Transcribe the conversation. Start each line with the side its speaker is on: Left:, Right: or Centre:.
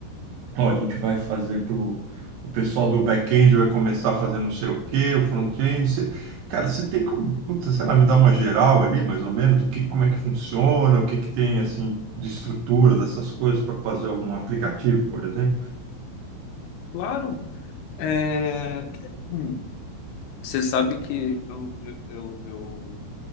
Right: ó, a gente vai fazer pro o pessoal do back-end vai começar a fazer não sei o quê, o front-end, você- cara, você tem como, puta, sei lá, me dar uma geral ali, mais ou menos, do que, como é que funciona, o que que tem, assim, de estrutura dessas coisas para fazer algum aplicativo, por exemplo?
Left: Claro, é... hum, você sabe que eu, eu, eu, eu